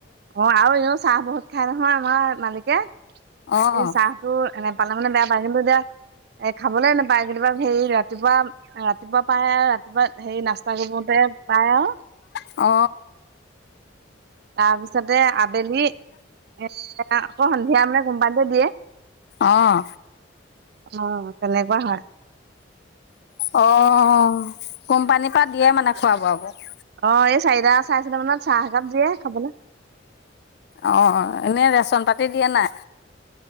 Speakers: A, on the right; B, on the left.
A: অ', আৰু এ উ চাহ বহুত খাই নহয় আমাৰ মালিকে।
B: অ',
A: এই চাহটো এনে পালে মানে বেয়া পায় কিন্তু এতিয়া এ খাবলে নোপায় কিন্তু ৰাতিপুৱা হেৰি, ৰাতিপুৱা-ৰাতিপুৱা পায় আৰু ৰাতিপুৱা হেৰি নাস্তা কৰিবতে পায় আৰু
B: অ
A: তা তাৰপিছতে আবেলি, এ, আকৌ সন্ধিয়া মানে কোম্পানতে দিয়ে,
B: অ',
A: অ। তেনেকুৱা হয়।
B: অ', কোম্পানীৰ পৰা দিয়ে মানে খোৱা বোৱা বুৰ?
A: অ, এই চাৰিটা-চাৰে চাৰিটা মানত চাহ একাপ দিয়ে খাবলৈ
B: অ, এনে ৰেচন পাতি দিয়া নাই?